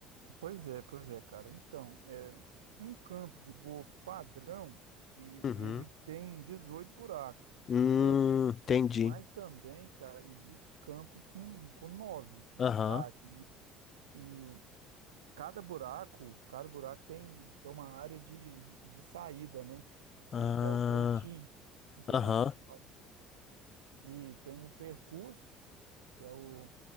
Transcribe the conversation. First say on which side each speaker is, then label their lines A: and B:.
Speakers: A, on the right; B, on the left.
A: Pois é, pois é, cara. Então, é, um campo de golfe padrão e
B: Uhum.
A: ele tem 18 buracos,
B: Hum,
A: entendeu?
B: entendi.
A: Mas também, cara, existe campo com com nove, metade,
B: Aham.
A: né? E cada buraco, cada buraco tem, tem uma área de, de saída, né?
B: Ah,
A: Que, que é o que é o tee, não sei
B: Aham.
A: se é assim que fala. E tem o percurso, que é o